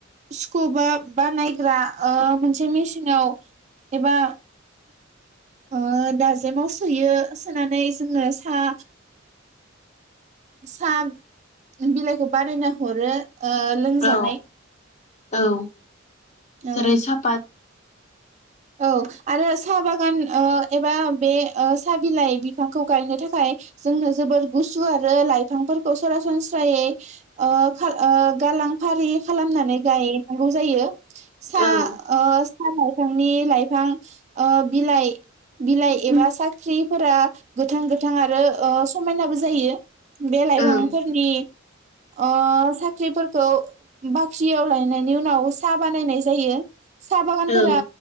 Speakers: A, on the right; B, on the left.
A: सुखुबा बाानायग्रा ओ मोनसे मेसिनाव एबा ओ दाजेमाव सोयो सोनानै जोङो साहा साहा बिलाइखौ बारायना हरो लोंजानाय
B: औ औ
A: औ
B: जेरै सापात
A: औ आरो साहा बागान ओ एबा बे ओ साहा बिलाइ बिफांखौ गायनो थाखाय जोंनो जोबोर गुसु आरो लाइफांफोरखौ सरासनस्रायै ओ ओ गालां फारि खालामनानै गायनांगौ जायो सा
B: औ
A: ओ सानाय बि लाइफां ओ बिलाइ बिलाइ एबा साख्रिफोरा गोथां गोथां आरो ओ समायनाबो जायो बे लाइफांफोरनि
B: ओं
A: अ साख्रिफोरखौ बाख्रियाव लायनायनि उनाव साहा बानायनाय जायो साहा बागानफोरा
B: ओं